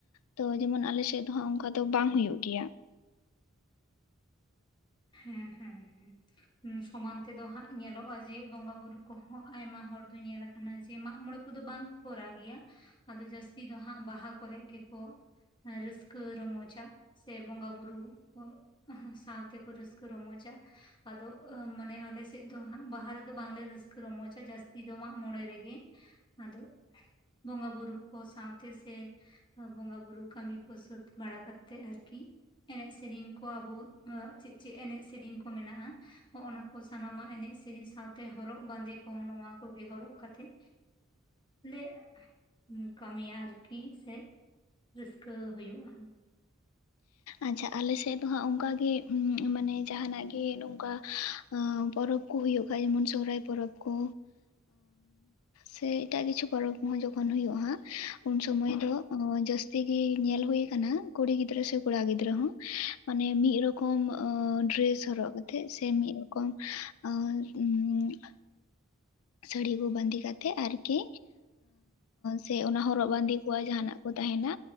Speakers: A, on the left; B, on the left.
A: ᱛᱚ ᱡᱮᱢᱚᱱ ᱟᱞᱮ ᱥᱮᱫ ᱫᱚ ᱦᱟᱸᱜ ᱚᱱᱠᱟ ᱫᱚ ᱵᱟᱝ ᱦᱩᱭᱩᱜ ᱜᱮᱭᱟ
B: ᱦᱩᱸ ᱦᱩᱸ ᱦᱩᱸ ᱦᱩᱸ ᱥᱚᱢᱟᱱ ᱛᱮᱫᱚ ᱦᱟᱸᱜ ᱧᱮᱞᱚᱜᱼᱟ ᱡᱮ ᱵᱚᱸᱜᱟ ᱵᱩᱨᱩ ᱠᱚᱦᱚᱸ ᱟᱭᱢᱟ ᱦᱚᱲ ᱫᱚ ᱧᱮᱞ ᱟᱠᱟᱱᱟ ᱡᱮ ᱢᱟᱜᱢᱚᱬᱮ ᱠᱚᱫᱚ ᱵᱟᱝ ᱠᱚᱨᱟᱣ ᱜᱮᱭᱟ ᱟᱫᱚ ᱡᱟᱹᱥᱛᱤ ᱫᱚ ᱦᱟᱸᱜ ᱵᱟᱦᱟ ᱠᱚᱨᱮᱜ ᱜᱮᱠᱚ ᱨᱟᱹᱥᱠᱟᱹ ᱨᱚᱢᱚᱡᱟ ᱥᱮ ᱵᱚᱸᱜᱟ ᱵᱩᱨᱩ ᱥᱟᱶᱛᱮ ᱨᱟᱹᱥᱠᱟᱹ ᱨᱚᱢᱚᱡᱟ ᱟᱫᱚ ᱢᱟᱱᱮ ᱟᱞᱮ ᱥᱮᱫ ᱫᱚ ᱵᱟᱦᱟ ᱨᱮᱫᱚ ᱵᱟᱝᱞᱮ ᱨᱟᱹᱥᱠᱟᱹ ᱨᱚᱢᱚᱡᱟ ᱡᱟᱹᱥᱛᱤ ᱫᱚ ᱢᱟᱜ ᱢᱚᱬᱮ ᱨᱮᱜᱮ ᱟᱫᱚ ᱵᱚᱸᱜᱟ ᱵᱩᱨᱩ ᱠᱚ ᱥᱟᱶᱛᱮ ᱥᱮ ᱵᱚᱸᱜᱟ ᱵᱩᱨᱩ ᱠᱟᱹᱢᱤ ᱠᱚ ᱥᱟᱹᱛ ᱵᱟᱲᱟ ᱠᱟᱛᱮᱫ ᱟᱨᱠᱤ ᱮᱱᱮᱡ ᱥᱮᱨᱮᱧ ᱠᱚ ᱟᱵᱚ ᱪᱮᱫ ᱪᱮᱫ ᱮᱱᱮᱡ ᱥᱮᱨᱮᱧ ᱠᱚ ᱢᱮᱱᱟᱜ-ᱟ ᱱᱭᱚᱼᱱᱟ ᱠᱚ ᱥᱟᱱᱟᱢᱟᱜ ᱮᱱᱮᱡ ᱥᱤᱨᱤᱧ ᱥᱟᱶᱛᱮ ᱦᱚᱨᱚᱜ ᱵᱟᱸᱫᱮ ᱠᱚ ᱱᱚᱣᱟ ᱠᱚᱜᱮ ᱦᱚᱨᱚᱜ ᱠᱟᱛᱮᱜ ᱞᱟᱹᱭ ᱢᱮ ᱠᱟᱹᱢᱤᱭᱟ ᱟᱨᱠᱤ ᱥᱮ ᱨᱟᱹᱥᱠᱟᱹ ᱦᱩᱭᱩᱜ-ᱟ
A: ᱟᱪᱪᱷᱟ ᱟᱞᱮ ᱥᱮᱫ ᱫᱚ ᱦᱟᱸᱜ ᱚᱝᱠᱟᱜᱮ ᱢᱟᱱᱮ ᱡᱟᱦᱟᱱᱟᱜ ᱜᱮ ᱱᱚᱝᱠᱟ ᱯᱚᱨᱚᱵᱽ ᱠᱚ ᱦᱩᱭᱩᱜ ᱠᱷᱟᱡ ᱡᱮᱢᱚᱱ ᱥᱚᱦᱚᱨᱟᱭ ᱯᱚᱨᱚᱵᱽ ᱠᱚ ᱥᱮ ᱮᱴᱟᱜ ᱠᱤᱪᱷᱩ ᱯᱚᱨᱚᱵᱽ ᱠᱚ ᱦᱚᱸ ᱡᱚᱠᱷᱚᱱ ᱦᱩᱭᱩᱜ-ᱟ ᱩᱱ ᱥᱚᱢᱚᱭ ᱫᱚ ᱡᱟᱹᱥ ᱼᱛᱤ ᱜᱮ ᱧᱮᱞ ᱦᱩᱭ ᱟᱠᱟᱱᱟ ᱠᱩᱲᱤ ᱜᱤᱫᱽᱨᱟᱹ ᱥᱮ ᱠᱚᱲᱟ ᱜᱤᱫᱽᱨᱟᱹ ᱦᱚᱸ ᱢᱟᱱᱮ ᱢᱤᱫ ᱨᱚᱠᱚᱢ ᱰᱨᱮᱥ ᱦᱚᱨᱚᱜ ᱠᱟᱛᱮᱜ ᱥᱮ ᱢᱤᱫ ᱨᱚᱠᱚᱢ ᱟᱹ ᱩᱸᱻ <unintelligible> ᱥᱟᱹᱲᱤ ᱠᱚ ᱵᱟᱸᱫᱮ ᱠᱟᱛᱮᱜ ᱟᱨᱠᱤ ᱥᱮ ᱚᱱᱟ ᱦᱚᱨᱚᱜ ᱵᱟᱸᱫᱮ ᱠᱚᱣᱟ ᱡᱟᱦᱟᱱᱟᱜ ᱠᱚ ᱛᱟᱦᱮᱱᱟ